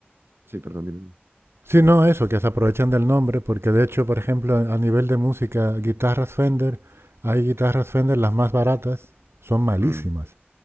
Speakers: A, on the right (about 70°); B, on the right (about 85°).
A: Sí, perdón, dime.
B: Sí, no, eso, que se aprovechan del nombre, porque de hecho, por ejemplo, a a nivel de música, guitarras Fender, hay guitarras Fender, las más baratas, son malísimas.
A: Mm.